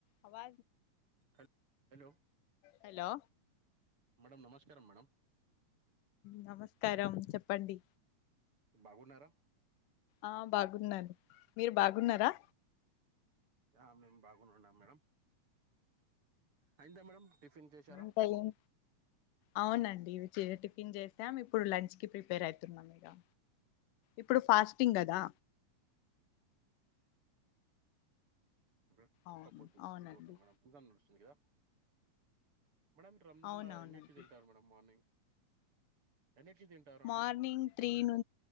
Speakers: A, on the left (about 90°); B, on the right (about 40°).
A: అ
B: హల్ hello
A: hello
B: మ నమస్కారం మేడం
A: నమస్కారం చెప్పండి
B: బాగున్నారా
A: ఆ బాగున్నారు మీరు బాగున్నారా
B: ఆ మేము బాగున్నాం మేడం అయింతా మేడమ్ టిఫిన్ చేశారా
A: ఇంకా ఏం అవునండి ఇవి టిఫిన్ చేసాం ఇప్పుడు లంచ్ కి ప్రిపేర్ అవుతున్నాం ఇక ఇప్పుడు ఫాస్టింగ్ కదా
B: ంగ్
A: అవును అవునండి
B: ఓకే మేడడంా నడుస్తుాందిదా మేడమ్ రంజాన్
A: అవునవునండి
B: ఎన్నింటి తింటారు మేడ మార్నింగ్ ఎన్నిటికి తింటారు అండి
A: మార్నింగ్ త్రీ ను